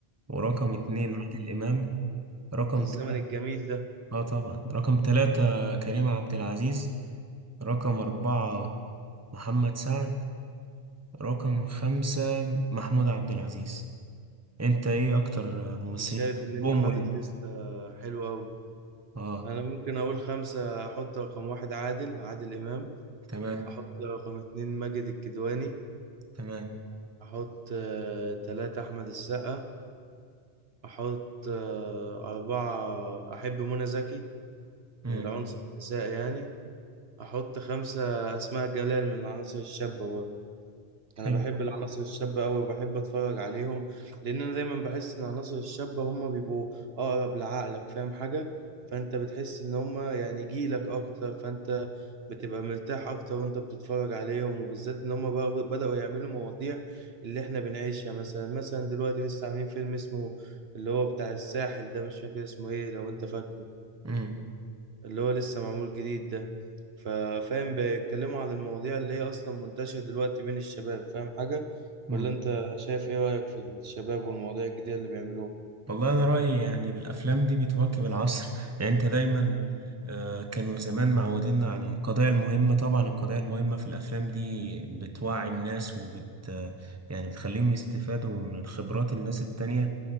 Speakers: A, on the right (about 15°); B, on the right (about 75°).
A: ورقم اتنين عادل إمام رقم
B: ده الزمن
A: تلاتة
B: الجميل ده
A: اه طبعا رقم ثلاثة كريم عبد العزيز رقم أربعة محمد سعد رقم خمسة محمود عبد العزيز انت ايه اكتر ممثلين
B: انا شايف ان
A: بوم
B: انت حاطط
A: وليد
B: لستة حلوة قوي
A: اه
B: انا ممكن اقول خمسة احط رقم واحد عادل عادل امام
A: تمام
B: احط رقم اتنين ماجد الكدواني
A: تمام
B: احط آه، تلاتة احمد السقا احط آه، اربعة احب منى زكي
A: امم
B: من العنصر النسائي يعني احط خمسة اسماء جلال من العناصر الشابة برضه انا
A: حلو
B: بحب العناصر الشابه قوي وبحب اتفرج عليهم لان انا دايما بحس ان العناصر الشابه هم بيبقوا اقرب لعقلك فاهم حاجه فانت بتحس ان هم يعني جيلك اكتر فانت بتبقى مرتاح اكتر وانت بتتفرج عليهم وبالذات ان هم بقوا- بداوا يعملوا مواضيع اللي احنا بنعيشها مثلا مثلا دلوقتي لسه عاملين فيلم اسمه اللي هو بتاع الساحل ده مش فاكر اسمه ايه لو انت فاكره
A: امم
B: اللي هو لسه معمول جديد ده ففاهم بيتكلموا عن المواضيع اللي هي أصلا منتشرة دلوقتي بين الشباب فاهم حاجة
A: امم
B: ولا أنت شايف إيه رأيك في الشباب والمواضيع الجديدة اللي بيعملوها؟
A: والله انا رأيي يعني الافلام دي بتواكب العصر يعني انت دايما آه، كانوا زمان معودينا عن القضايا المهمة طبعا القضايا المهمة في الأفلام دي بتوعي الناس وبت آه، يعني بتخليهم يستفادوا من خبرات الناس التانية